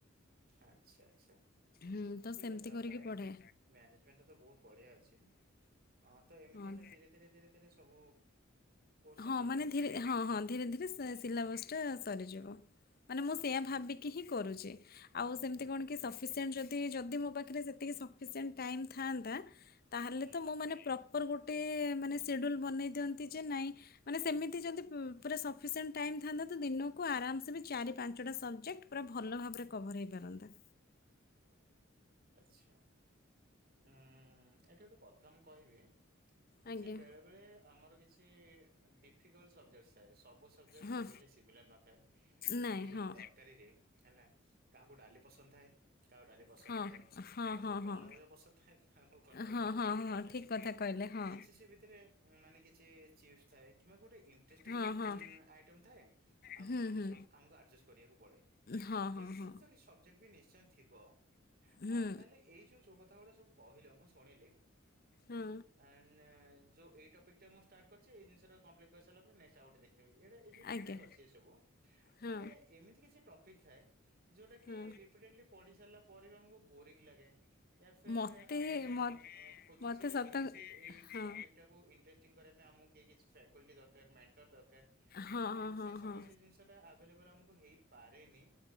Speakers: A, on the right (about 50°); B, on the left (about 50°).
A: ଆଚ୍ଛା, ଆଚ୍ଛା।
B: ହୁଁ ତ
A: ଠିକ୍
B: ସେମିତି
A: ଅଛି ତାହେଲେ
B: କରିକି
A: ଟାଇମ୍
B: ପଢ଼େ।
A: ମ୍ୟାନେଜମେଣ୍ଟ ତ ବହୁତ ବଢ଼ିଆ ଅଛି ଆ ତ ଏମିତି
B: ହଁ
A: ହେଲେ ଧୀରେ ଧୀରେ ଧୀରେ ଧୀରେ ସବୁ କୋର୍ସ ସାରି
B: ହଁ
A: ହେଇଯିବା
B: ମାନେ
A: କଥା
B: ଧୀରେ ହଁ ହଁ ଧୀରେ ଧୀରେ ସିଲାବସ ସରିଯିବ ମାନେ ମୁଁ ସେଇୟା
A: ହୁଁ
B: ଭାବିକି ହିଁ କରୁଛି। ଆଉ ସେମିତି
A: ହୁଁ
B: କଣ କି ସଫିସିଏଣ୍ଟ ଯଦି ଯଦି ମୋ ପାଖରେ ସେତିକି ସଫିସିଏଣ୍ଟ ଟାଇମ୍ ଥାଆନ୍ତା ତାହେଲେ
A: ହୁଁ।
B: ତ ମୁଁ ମାନେ ପ୍ରପର୍ ଗୋଟେ ମାନେ ସେଡ୍ୟୁଲ୍ ବନେଇ ଦିଅନ୍ତି ଯେ ନାଇଁ ମାନେ ସେମିତି ଯଦି ପୁରା ସଫିସିଏଣ୍ଟ ଟାଇମ୍ ଥାଆନ୍ତା ତ ଦିନକୁ ଆରାମସେ ବି ଚାରି ପାଞ୍ଚଟା ସବଜେକ୍ଟ ପୁରା ଭଲ ଭାବରେ କଭର ହୋଇପାରନ୍ତା।
A: ଆଚ୍ଛା, ଉଁ ଏଇଠି ଗୋଟେ କଥା ମୁଁ କହିବି
B: ଆଜ୍ଞା
A: ଯେ ବେଳେ ବେଳେ ଆମର କିଛି କି ଡିଫିକଲ୍ଟ ସବଜେକ୍ଟ ସବୁ ସବଜେକ୍ଟ
B: ହଁ
A: କେବେ ହେଲେ ସିମିଲାର ନଥାଏ ଯେମିତି
B: ନାଇଁ
A: ଗୋଟେ
B: ହଁ
A: ତରକାରୀରେ ହେଲା କାହାକୁ ଦଳି ପସନ୍ଦ ଥାଏ କାହାକୁ ଡ଼ାଲି ପସନ୍ଦ
B: ହଁ
A: ନଥା ଥାଏ
B: ହଁ
A: କାହାକୁ
B: ହଁ
A: କଲରା
B: ହଁ।
A: ଭଜା ପସନ୍ଦ ଥାଏ କାହାକୁ କଲରା ଭଜା
B: ହଁ
A: ପସନ୍ଦ
B: ହଁ
A: ବି
B: ହଁ
A: ନଥାଏ
B: ଠିକ୍ କଥା କହିଲେ ହଁ
A: କିଛି ସେ ଭିତରେ ମାନେ କିଛି ଚିପ୍ସ ଥାଏ କିମ୍ବା ଗୋଟେ ଇଣ୍ଟରେଷ୍ଟିଂ
B: ହଁ ହଁ।
A: ଆଇଟମ ଥାଏ। ଆଉ
B: ହୁଁ
A: କିଛି ଜିନିଷ
B: ହୁଁ
A: ଆମକୁ ଆଡ଼ଜଷ୍ଟ କରିବାକୁ ପଡ଼େ
B: ହଁ ହଁ
A: ଏମିତି
B: ହଁ
A: କିଛି ତ କିଛି ସ ସବଜେକ୍ଟ ବି ନିଶ୍ଚୟ ଥିବ
B: ହୁଁ
A: ଅଁ ତାହାଲେ ଏଇ ଯୋଉ ଯୋଉ କଥା ଗୁଡ଼ା ସବୁ କହିଲ ମୁଁ ଶୁଣିଲି।
B: ହୁଁ।
A: ଆଣ୍ଡ ନା ଯୋଉ ଏଇ ଟପିକ୍ ଟା ମୁଁ ଷ୍ଟାର୍ଟ କରିଛି ଏଇ ଜିନିଷଟାକୁ କମ୍ପ୍ଲିଟ କରିସାରିଲା ପରେ ନେକ୍ସଟ ଆଉ ଗୋଟେ ଦେଖ ଦେଖିବି ଏଇଟା ଏଇ ଯୋଉ ଠିକ
B: ଆଜ୍ଞା
A: ଠାକ୍ ଅଛି ଏ ସବୁ
B: ହଁ
A: ହେଲେ ଏମିତି କିଛି ଟପିକ୍ ଥାଏ। ଯୋଉଟା କି
B: ହଁ
A: ରିପିଟେଡଲି ପଢ଼ି ସାରିଲା ପରେ ବି ଆମକୁ ବୋରିଙ୍ଗ ଲାଗେ। ୟା ଫିର୍
B: ମୋତେ
A: ଆମେ
B: ମ
A: ଅ ଖୋଜୁଛେ
B: ମୋତେ ସତ
A: ଏମିତି ଏଇ
B: ହଁ
A: ଟପିକ ଟାକୁ ଇଣ୍ଟରେ ଟିଙ୍ଗ କରିବା ପାଇଁ ଆମକୁ କେହି କିଛି ଫ୍ୟାକଲ୍ଟି ଦରକାର ମେଣ୍ଟର ଦରକାର
B: ହଁ
A: ଅଁ
B: ହଁ
A: ସେଇ ସମୟ
B: ହଁ ହଁ
A: ସେଇ ଜିନି ସେଟା ଆଭେଲେବଲ ଆମକୁ ହେଇପାରେନି